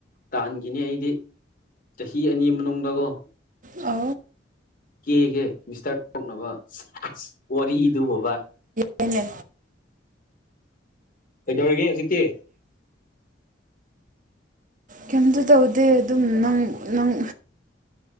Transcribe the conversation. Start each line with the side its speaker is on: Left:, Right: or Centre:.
Left: ꯇꯥꯟꯈꯤꯅꯤ ꯑꯩꯗꯤ ꯆꯍꯤ ꯑꯅꯤ ꯃꯅꯨꯡꯗꯀꯣ
Right: ꯑ
Left: ꯀꯦꯒꯦ ꯃꯤꯁꯇꯔ ꯀꯣꯛꯅꯕ ꯋꯥꯔꯤꯗꯨ ꯕꯕꯥ
Right: ꯇꯩꯅ
Left: ꯗꯧꯔꯒꯦꯖꯤꯛ ꯀꯦ
Right: ꯀꯩꯝꯇ ꯇꯧꯗꯦ ꯑꯗꯨꯝ ꯅꯪ ꯅꯪ